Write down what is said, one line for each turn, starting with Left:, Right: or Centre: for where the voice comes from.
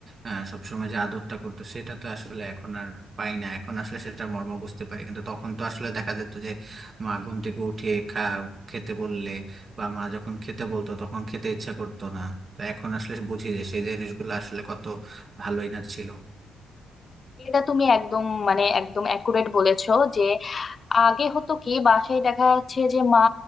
Right: আহ, সবসময় যে আদরটা করতো সেটা তো আসলে এখন আর পাই না এখন আসলে সেটা মর্ম বুঝতে পারি কিন্তু তখন তো আসলে দেখা যেত যে মা ঘুম থেকে উঠিয়ে খা খেতে বললে বা মা যখন খেতে বলতো তখন খেতে ইচ্ছা করতো না তো এখন আসলে বুঝি যে সেই জিনিসগুলো আসলে কত ভালোই না ছিল
Left: এটা তুমি একদম মানে একদম অ্যাকুরেট বলেছো যে আগে হতো কি বাসায় দেখা যাচ্ছে যে মা